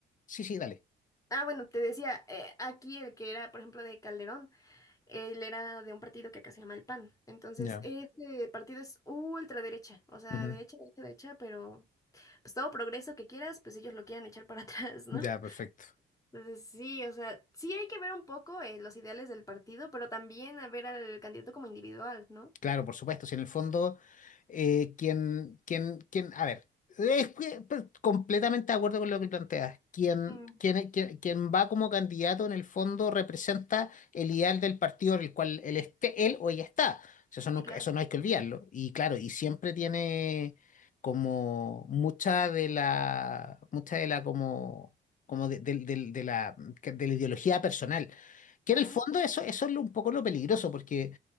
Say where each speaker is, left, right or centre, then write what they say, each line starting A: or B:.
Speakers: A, on the left; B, on the left.
A: Sí, sí, dale.
B: ah, bueno, te decía, eh, aquí el que era, por ejemplo, de Calderón, él era de un partido que acá se llama el PAN. Entonces,
A: ya,
B: este partido es ultraderecha, o sea,
A: ujú,
B: derecha, derecha, derecha, pero pues todo progreso que quieras, pues ellos lo quieren echar para <laughs> atrás, ¿no?
A: Ya, perfecto.
B: Entonces, sí, o sea, sí hay que ver un poco eh, los ideales del partido, pero también a ver al candidato como individual, ¿no?
A: Claro, por supuesto, si en el fondo, eh, quien, quien, quien, a ver, es que, pe- completamente de acuerdo con lo que planteas. Quien,
B: Mm,
A: quien, quien, quien va como candidato en el fondo representa el ideal del partido en el cual él esté, él o ella está. O sea, Eso no,
B: sí, claro.
A: eso no hay que olvidarlo. Y claro, y siempre tiene como mucha de la, mucha de la como, como de, del- del- de la, de la ideología personal. Que
B: Ujú,
A: en el fondo eso, eso es lo- un poco lo peligroso, porque